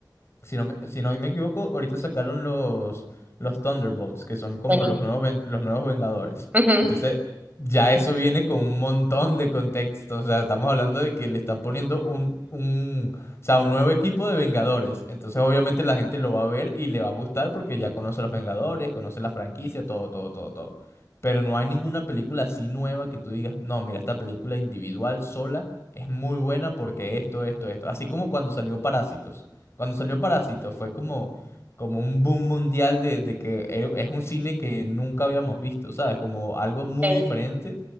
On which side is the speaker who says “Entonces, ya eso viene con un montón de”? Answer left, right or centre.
Left